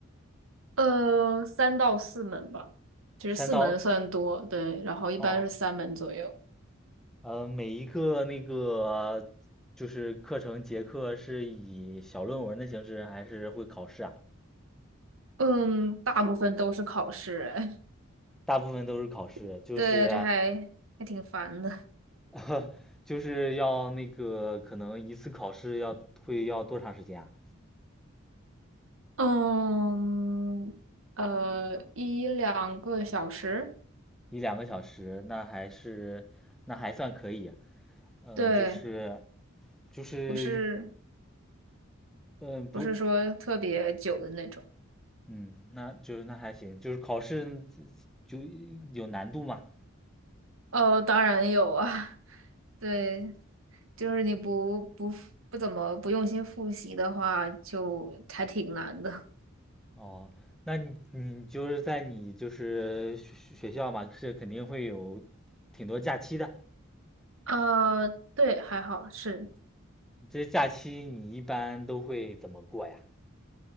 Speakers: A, on the right; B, in the centre.
A: 呃，三到四门吧，其实四门算多，
B: 三到
A: 对，然后一般是三门左右。
B: 哦，呃，每一个那个就是课程结课是以小论文的形式，还是会考试啊？
A: 嗯，大部分都是考试，哎，
B: 大部分都是考试，
A: <laughs>
B: 就是
A: 对，这还还挺烦的。
B: <laughs> 就是要那个可能一次考试要会要多长时间啊？
A: 嗯，呃，一两个小时，
B: 一两个小时，那还是那还算可以。嗯，
A: 对，
B: 就是就是
A: 不是
B: 嗯不
A: 不是说特别久的那种。
B: 嗯，那就是那还行，就是考试就有难度嘛。
A: 哦，当然有啊，<laughs> 对，就是你不不不怎么不用心复习的话，就还挺难的。
B: 哦，那你你就是在你就是学学校嘛，是肯定会有挺多假期的。
A: 啊，对，还好是。
B: 这假期你一般都会怎么过呀？